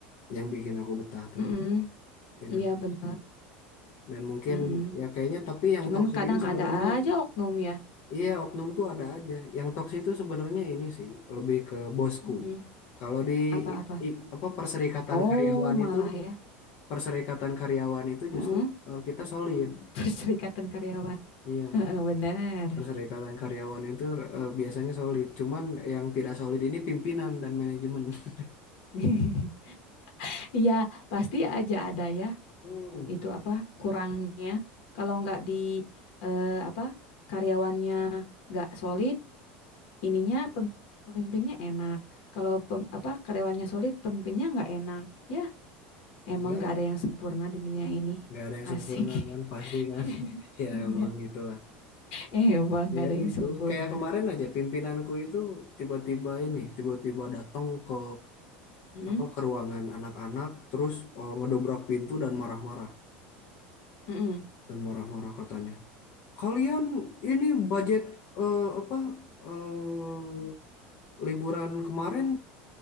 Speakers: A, on the left; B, on the left.
A: yang bikin aku betah tuh
B: Mm-mm,
A: tidak
B: Iya
A: toksik
B: benar.
A: dan mungkin
B: Mm-mm.
A: ya kayaknya tapi yang
B: Cuman
A: toksik
B: kadang
A: ini sebenarnya
B: ada aja oknum ya.
A: Iya, oknum tuh ada aja. Yang toksik itu sebenarnya ini sih lebih ke bosku.
B: Mm-mm.
A: Kalau di
B: Apa-apa?
A: ik- ik- apa perserikatan
B: Oh
A: karyawan
B: malah
A: itu
B: ya.
A: perserikatan karyawan itu
B: Mm-mm.
A: justru eh, kita solid.
B: <laughs> Perserikatan karyawan.
A: Iya,
B: Heeh, benar.
A: perserikatan karyawan itu eh, biasanya solid. Cuman yang tidak solid ini pimpinan dan manajemen. <laughs>
B: <laughs> Iya, pasti aja ada ya
A: Hmm.
B: itu apa kurangnya. Kalau nggak di eh, apa karyawannya nggak solid, ininya pemimpinnya enak. Kalau pem- apa karyawannya solid, pemimpinnya nggak enak. Ya, emang
A: Ya,
B: nggak ada yang sempurna di dunia ini.
A: nggak ada yang
B: Asik.
A: sempurna kan, pasti kan.
B: <laughs>
A: <laughs> Ya
B: Iya,
A: emang gitu
B: emang nggak
A: Ya
B: ada
A: gitu.
B: yang sempurna.
A: Kayak kemarin aja pimpinanku itu tiba-tiba ini, tiba-tiba datang ke
B: Mm,
A: apa ke ruangan anak-anak, terus eh, ngedobrak pintu dan marah-marah
B: mm, mm,
A: dan marah-marah katanya. Kalian ini budget eh, apa eh, liburan kemarin